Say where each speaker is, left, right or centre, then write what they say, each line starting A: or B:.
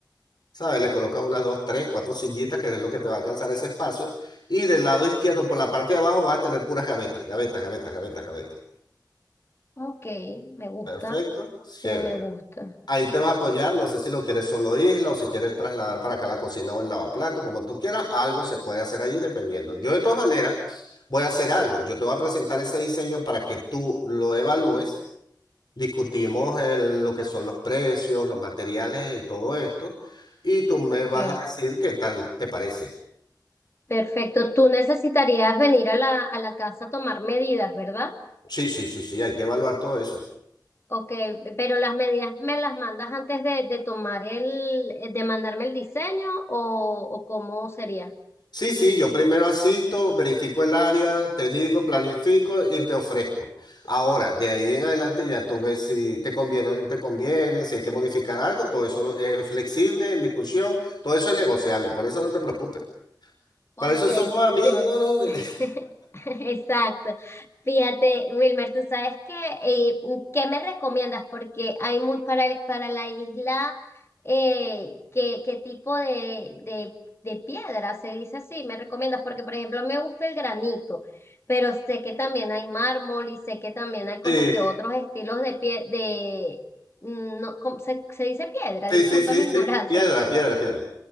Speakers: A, on the left; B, on the left.
A: ¿Sabes? Le colocas unas dos, tres, cuatro sillitas, que es lo que te va a alcanzar ese espacio. Y del lado izquierdo, por la parte de abajo, vas a tener puras gavetas, gavetas, gavetas, gavetas, gavetas.
B: Ok, me gusta.
A: Perfecto. Chévere.
B: Sí, me gusta.
A: Ahí te vas a apoyar, no sé si lo quieres solo isla o si quieres trasladar para acá la cocina o el lavaplato, como tú quieras, algo se puede hacer allí dependiendo. Yo de todas maneras voy a hacer algo, yo te voy a presentar ese diseño para que tú lo evalúes, discutimos el- lo que son los precios, los materiales y todo esto, y tú me
B: Ok,
A: vas a decir qué tal te parece.
B: perfecto. Tú necesitarías venir a la, a la casa a tomar medidas, ¿verdad?
A: Sí, sí, sí, sí, hay que evaluar todo eso.
B: Ok, pero las medidas me las mandas antes de, de tomar el, de mandarme el diseño o, o cómo sería?
A: Sí, sí, yo primero asisto, verifico el área, te digo, planifico y te ofrezco. Ahora, de ahí en adelante ya tú ves si te conviene o no te conviene, si hay que modificar algo, todo eso es flexible, en discusión, todo eso es negociable, por eso no te preocupes.
B: Ok,
A: Para eso somos amigos,
B: te-
A: no, no. <laughs>
B: <laughs> exacto. Fíjate, Wilmer, tú sabes que, eh, ¿qué me recomiendas? Porque hay muy, para, para la isla, eh, ¿qué, qué tipo de, de, de piedra se dice así? ¿Me recomiendas? Porque, por ejemplo, me gusta el granito, pero sé que también hay mármol y sé que también hay
A: Sí,
B: como que otros estilos de pie, de, mm, no, ¿cómo se, se dice piedra?
A: sí,
B: Disculpa
A: sí, sí,
B: mi
A: sí,
B: ignorancia
A: piedra, piedra, piedra.